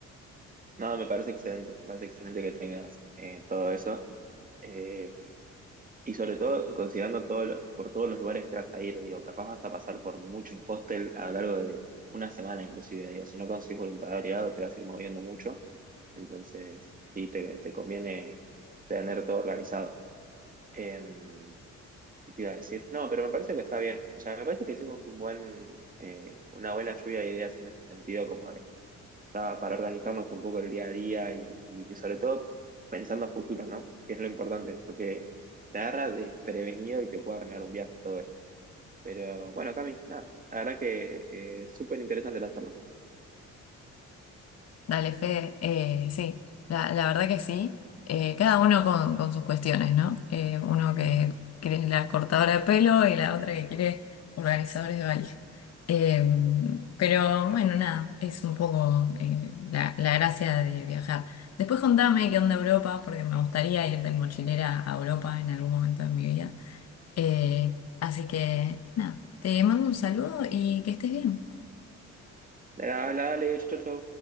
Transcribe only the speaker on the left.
Dale, Fede, eh, sí, la, la verdad que sí, Eh, cada uno con, con sus cuestiones, ¿no? Eh, uno que quiere la cortadora de pelo y la otra que quiere organizadores de valija. Eh, pero bueno, nada, es un poco eh, la, la gracia de viajar. Después contame qué onda Europa, porque me gustaría ir de mochilera a Europa en algún momento de mi vida. Eh, así que nada, te mando un saludo y que estés bien.